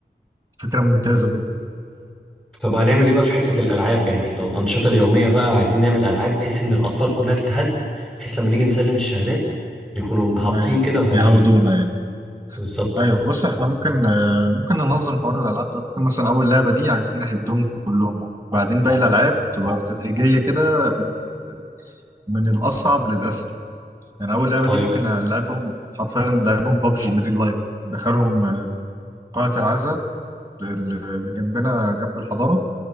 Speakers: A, on the right (about 20°); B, in the centre.
A: فكره ممتازه جدا
B: طب هنعمل إيه بقى في حتة الألعاب يعني إحنا لو الأنشطة اليومية بقى عايزين نعمل ألعاب بحيث إن الأطفال كلها تتهد بحيث لما نيجي نسلم الشهادات يكونوا هابطين
A: ما ي-
B: كده وهاديين
A: يهودونا يعني
B: بالظبط
A: ايوه بص احنا ممكن آه، ممكن ننظم حوار الالعاب ده ممكن مثلا اول لعبه دي عايزين نهدهم كلهم بعدين باقي الالعاب تبقى تدريجيه كده من آه، من الاصعب للاسهل يعني اول لعبه
B: طيب
A: دي ممكن لعبهم حرفيا لعبهم بابجي ان ريل لايف دخلهم آه، قاعه العزاء اللي جنبنا جنب الحضانه